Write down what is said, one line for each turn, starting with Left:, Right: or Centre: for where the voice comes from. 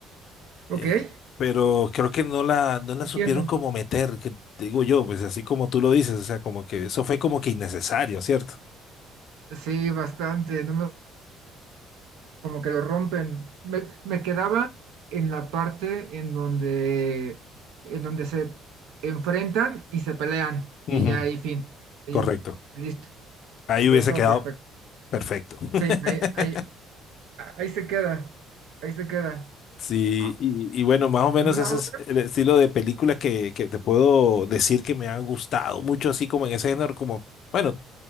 Left: eh,
Right: Ok, eh,
Left: pero creo que no la, no la
Right: entiendo.
Left: supieron como meter, que digo yo, pues así como tú lo dices, o sea, como que eso fue como que innecesario, ¿cierto?
Right: Sí, bastante, no me- como que lo rompen. Me, me quedaba en la parte en donde, en donde se enfrentan y se pelean, y
Left: Ujú,
Right: ya ahí fin. Y
Left: Correcto.
Right: listo,
Left: Ahí
Right: hubiera
Left: hubiese
Right: estado
Left: quedado
Right: perfecto.
Left: perfecto. <laughs>
Right: Sí, ahí, ahí, a- ahí se queda, ahí se queda.
Left: Sí,
Right: Ah,
Left: y, y bueno, más o menos
Right: ¿Alguna
Left: ese
Right: otra?
Left: es el estilo de película que, que te puedo decir que me ha gustado mucho, así como en ese género, como, bueno,